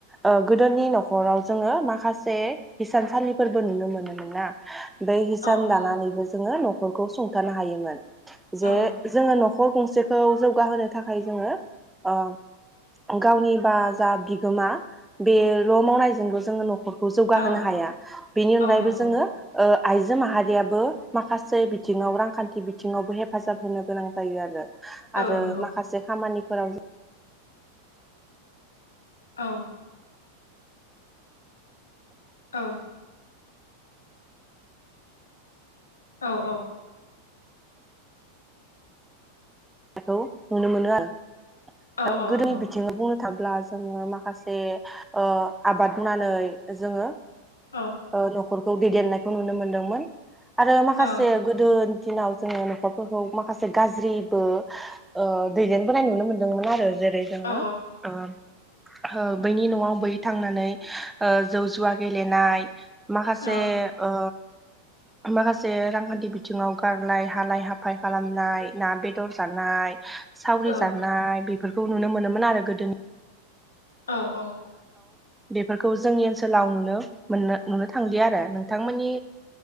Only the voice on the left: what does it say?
औ नंगौ
औ
औ
औ नंगौ
औ नंगौ
औ। औ। औ औ।
औ
औ
नंगौ
औ
औ
औ
औ
औ
औ औ